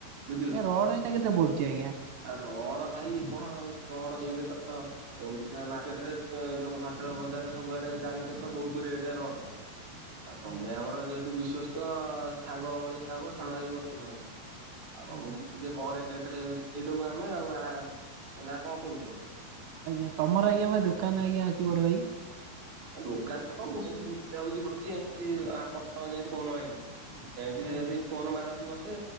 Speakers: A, on the right (about 45°); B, on the right (about 85°).
A: ବୁଝିଲ।
B: ଆଜ୍ଞା ରଡ ଏଇନା କେତେ ପଡୁଛି ଆଜ୍ଞା
A: ଆଉ ରଡ ଭାଇ କଣ ଆଉ ରଡ ସେଇ କଥା ଏଇନା ମାର୍କେଟରେ ଯୋଉ ହାଟର ବଜାରରେ ସବୁଆଡେ ଜାଣିଛ ତ ବୋହୁତ ରେଟରେ ରଡ। ଆଉ ତମେ
B: ଆଜ୍ଞା
A: ଆମର ଯେହେତୁ ବିଶ୍ଵସ୍ତ ସାଙ୍ଗ ଭଳିଆ ହବ ସାନ ଭାଇ ବୟସର। ଆଉ
B: ଆଜ୍ଞା
A: ତମକୁ ଟିକେ କମ ରେଟରେ ଦେଇଦବୁ ଆମେ ଆଉ ନା କଣ କହୁଛ?
B: ଆଜ୍ଞା ତମର ଆଜ୍ଞା ବା ଦୋକାନ ଆଜ୍ଞା ଅଛି ବଡ ଭାଇ?
A: ଦୋକାନ କଣ ମୁଁ ସେମିତି ବୁଝାବୁଝି କରୁଛି ଏମିତି ଆପଣ ଯେମିତି ଫୋନ୍ ମାଇଲେ। ସେମିତି ଯଦି
B: ଆଜ୍ଞା
A: ଫୋନ ମାରନ୍ତି ମୋତେ